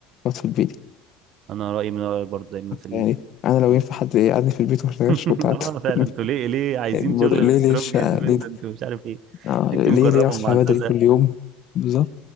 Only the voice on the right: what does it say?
انا رأيي من رأيك برضه دايما في ال...
في
النقطة
دي.
<laughs>
اه
فعلا
انتوا ليه ليه
عايزين
شغل
السترونج
اندبندنت
ومش عارف ايه
انت
مكرمة
ومعززة